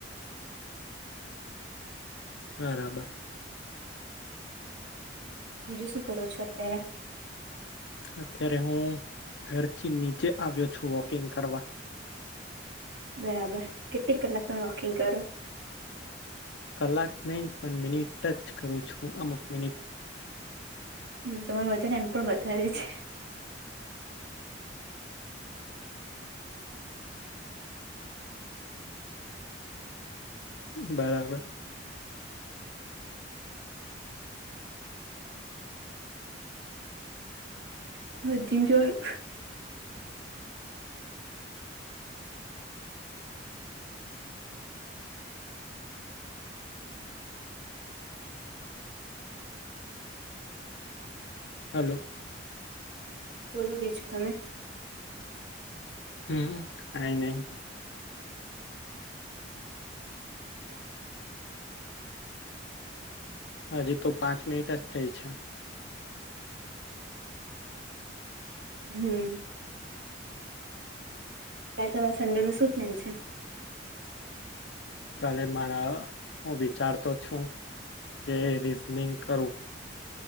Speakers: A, on the left; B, on the right.
A: બરાબર
B: બીજું શું કરો છો અત્યારે
A: અત્યારે હું ઘરથી નીચે આવ્યો છું વોકિંગ કરવા
B: બરાબર કેટલી કલાક તમે વોકિંગ કરો
A: કલાક નહીં પણ મિનિટ ટચ કરું છું અમુક મિનિટ
B: હમ તમારું વજન એમ પણ વધારે છે
A: બરાબર
B: <inaudible>
A: હલો
B: બોલો બીજું તમે
A: હમ કઈ નહી
B: <inaudible>
A: હજી તો પાંચ મિનિટ જ થઈ છે
B: હમ તમારે સંડે નું શું પ્લેન છે
A: કાલે મારા હું વિચારતો છું કે રીઝનિંગ કરું